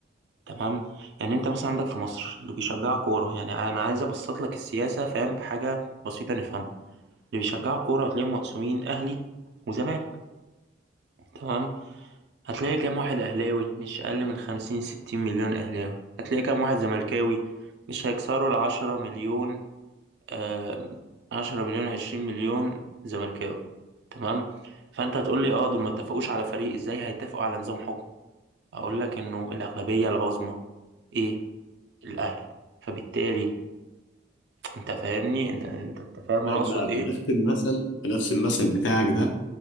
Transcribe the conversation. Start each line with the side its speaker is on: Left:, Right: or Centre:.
Right: تمام يعني انت مثلا عندك في مصر اللي بيشجعوا كورة يعني انا عايز ابسط لك السياسة فاهم بحاجة بسيطة نفهمها اللي بيشجعوا كورة هتلاقيهم مقسومين اهلي وزمالك تمام هتلاقي كام واحد اهلاوي مش اقل من خمسين ستين مليون اهلاوي هتلاقي كام واحد زملكاوي مش هيكسروا العشرة مليون آه، 10 مليون 20 مليون زملكاوي تمام فانت هتقول لي اه دول ما اتفقوش على فريق ازاي هيتفقوا على نظام حكم اقول لك انه الاغلبيه العظمى ايه الاهلي فبالتالي انت فاهمني انت انت أنت فاهم
Left: طيب
Right: انا اقصد
Left: ما بنفس
Right: ايه
Left: المثل بنفس المثل بتاعك ده